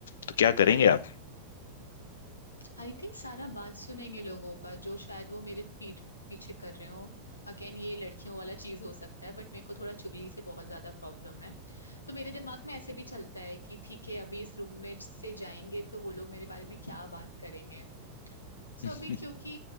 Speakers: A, on the left; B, on the left.
A: तो क्या करेंगे आप
B: आई थिंक सारा बात सुनेंगे लोगों का जो शायद वो मेरे पीठ पीछे कर रहे हो अगेन ये लड़कियों वाला चीज हो सकता है बट मेरे को थोड़ा चुगली से बहुत ज्यादा प्रॉब्लम है तो मेरे दिमाग में ऐसे भी चलता है कि ठीक है अभी इस रूम में से जाएंगे तो वो लोग मेरे बारे में क्या बात करेंगे सो
A: <laughs>
B: अभी क्योंकि